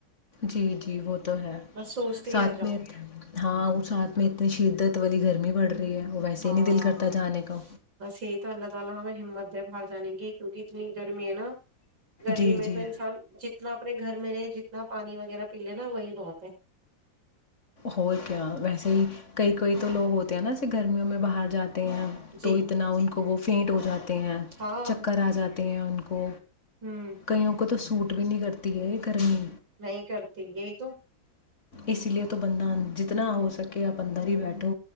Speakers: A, on the left (about 40°); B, on the right (about 75°).
A: جی جی وہ تو ہے
B: بس سوچتے ہی
A: ساتھ
B: رہ جاؤ
A: میں ہاں وہ ساتھ میں اتنی شدت تی گرمی بڑ رہی ہے وہ ویسے
B: ہاں
A: ہی نہیں دل کرتا جانے کا
B: بس یہی تو اللہ ال ہم ہمت د باہر جانیں گی کیونکہ اتنی گرمی ہے نا گرمی
A: جی
B: میں
A: جی
B: تو انسان جت اتنا اپنے گھر میں جتنا پانی وغیرہ پی لے نا وہی بہت ہے
A: ہو کیا ویسے ہی کئی کوئی تو لوگ ہوتے ہیں نا ایے گرمیوں میں باہر جاتے ہیں
B: جی
A: تو اتنا ان کو وہ فینٹ ہو جاتے ہیں
B: ہاں
A: چکر آ جاتے تے ہیں ان کو
B: ہوں
A: کہئیوں کوت س سوٹ بھی نہیں کرتی ہے یہ گرمی
B: نہیں کرتی یہی تو
A: اس لیے تو تو بندہ جتنا ہو سکے آپ اندر ہی بیٹھو